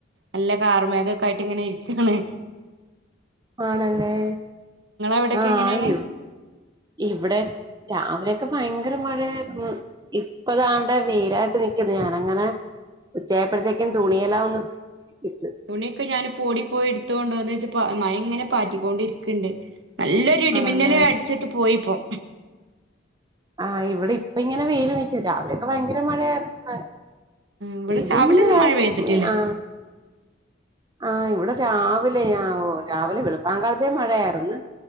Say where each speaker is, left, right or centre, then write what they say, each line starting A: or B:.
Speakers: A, on the right (about 70°); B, on the right (about 20°).
A: നല്ല കാർമേഘക് ക്കായിട്ടിങ്ങനെ ഇരിക്കാണേ.
B: ആണല്ലേ.
A: അവിടെക്കെ
B: ആ
A: എങ്ങനെയാണ്
B: ആയൂ ഇവടെ രാവിലെ ക്കെ ഭയങ്കര മഴയായിരുന്നു. ഇപ്പദാണ്ടെ വെയിലായിട്ട് നിക്കുന്നു. ഞാനങ്ങനെ ഉച്ചയപ്പോഴത്തേക്കും തുണിയെല്ലാ ഒന്ന് ചിട്ട്
A: തുണിയൊക്കെ ഞാനിപ്പോ ഓടി പോയി എടുത്തു കൊണ്ട് വന്നേച്ചും മഴ ഇങ്ങനെ പാറ്റിക്കൊണ്ടിരിക്കു ക്കുണ്ട്. നല്ലൊരു ഇടിമിന്നല്
B: ആണല്ലേ
A: അടിച്ചിട്ട് പോയിപ്പം.
B: ആ ഇവിടെ ഇപ്പ ഇങ്ങനെ വെയില് നിക്ക രാവിലെയൊക്കെ ഭയങ്കര മഴയായിരുന്നുവിടെ.
A: ഇവിടെ
B: ഇടിമിന്നലായിട്ട്
A: രാവിലെ ഒന്നും മഴ പെയ്തിട്ടില്ല
B: മ് ആ ആ ഇവിടെ രാവിലെ ആ ഓ രാവിലെ വെളുപ്പാൻ കാലത്തേ മഴയാരുന്ന്.